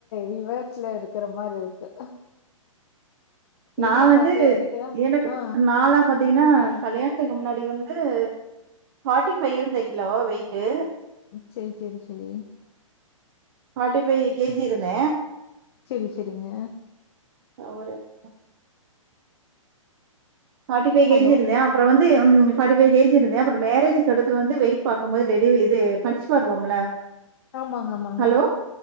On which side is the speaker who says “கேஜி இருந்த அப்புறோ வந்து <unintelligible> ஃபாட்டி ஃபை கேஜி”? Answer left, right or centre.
Right